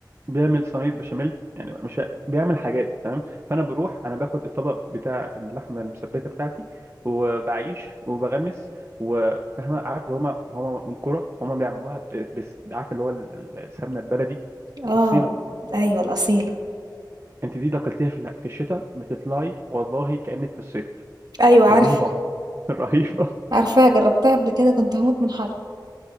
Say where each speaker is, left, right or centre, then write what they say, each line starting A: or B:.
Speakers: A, on the right; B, on the right.
A: بيعمل صينيه بشاميل يعني مش بيعمل حاجات تمام فانا بروح انا باخد الطبق بتاع اللحمه المسبكه بتاعتي وبعيش وبغمس وفاهم عارف اللي هما هما من كرة فهم بيعملوها ب- بس عارف اللي هو ال- ال- السمنه البلدي الاصيله
B: اه ايوه الاصيله
A: انت دي لو اكلتيها في ال- في الشتاء بتطلعي والله كأنك في الصيف
B: ايوه عارف
A: رهيبة <laughs> رهيبة
B: عارفاها جربتها قبل كده كنت هموت من حر